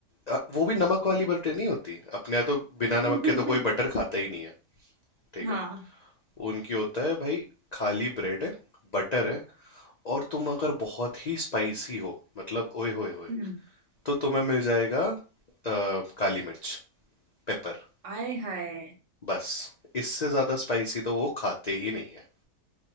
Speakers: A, on the left; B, on the right.
A: अ, वो भी नमक वाली बटर नहीं होती अपने यहाँ तो बिना
B: <laughs>
A: नमक के तो कोई बटर खाता ही नहीं है ठीक
B: हाँ
A: है उनकी होता है भाई खाली ब्रेड है बटर है और तुम अगर बहुत ही स्पाइसी हो मतलब ओए होए होए
B: हम्म
A: तो तुम्हें मिल जाएगा अ, काली मिर्च पेपर
B: आय हाय
A: बस इससे ज्यादा स्पाइसी तो वो खाते ही नहीं है